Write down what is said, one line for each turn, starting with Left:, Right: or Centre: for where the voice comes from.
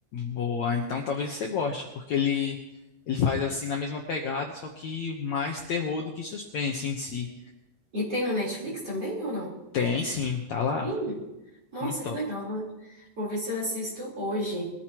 Left: boa, então talvez você goste, porque ele ele faz assim na mesma pegada, só que mais terror do que suspense em si.
Right: E tem no Netflix também ou não?
Left: Tem sim, tá lá,
Right: Tem? Nossa,
Left: muito top.
Right: que legal. né? Vou ver se eu assisto hoje.